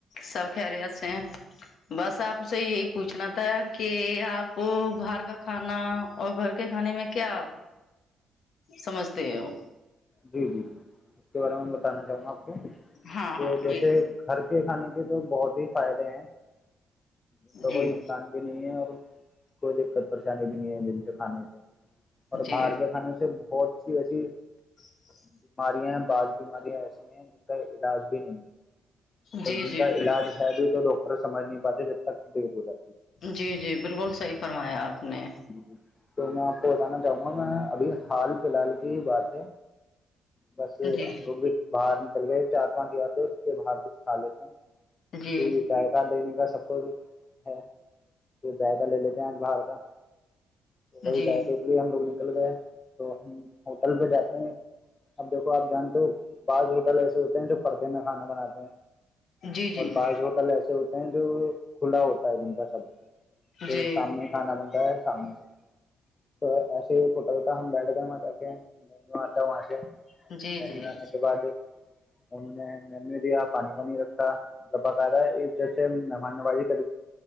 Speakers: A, on the left; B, on the left.
A: سب خریت سے ہیں بس آپ سے یہی پوچھنا تھا کہ آپ باہر کا کھانا اور گھر کے کھانے میں کیا سمجھتے ہو
B: جی جی جی اس کے بارے میں بتانا چاہوں گا آپ
A: ہاں
B: کہ
A: ہاں
B: جیسے
A: جی
B: گھر کھانے کے تو بہت ہی فائدے ہیں ان کا
A: جی
B: کوئی نقصان بھی نہیں ہے اور کوئی دقت پریشانی جن سے کھانے سے
A: جی
B: اور باہر کے کھانے سے بہت سی ایسی
A: <inaudible>
B: بیماریاں ہیں بعض بیماریاں ایسی ہیں جو علاج بھی نہیں ہے
A: جی
B: م جن
A: جی
B: کا
A: بالکل
B: علاج ہے بھی تو ڈاکٹر سمجھ نہیں باتیں جب تک بےبود ہے
A: جی جی بالکل صحیح فرمایا آپ
B: <inaudible>
A: نے
B: ابھی حال فی الحال کی ہی بات ہے بس
A: جی
B: ہم لو بھی باہر چلے چار پانچ یاار دوست کے بھا کھیلے نہ
A: جی
B: کو جائد لینے کا سب اور ہے پھر ذائقہ لے لیتے ہیں آج باہر کا تو وہی
A: جی
B: جائے کہ بی ہم لوگ نے <inaudible> تو ہم ہوٹل پہ جاتے ہیں اب دیکھو آپ جانتے ہو بعض ہوٹل ایسے ہوتے ہیں جو پردے میں کھانا بناتے ہیں
A: جی جی
B: اور بعض ہوٹل ایسے ہوتے ہیں جو کھلا ہوتا دن کا سب پھر
A: جی
B: شامنے کھانا بنند ہے سامنے سے تو ایے کوٹ ہم بیٹھ گ وہاں ج کے میں آتا وہاں سے
A: جی
B: بھنے
A: جی
B: آنے کے بعد انہوں نے مینیو دیا پانی وانی رکھا بغاا یہ جیسے مان بجی <inaudible>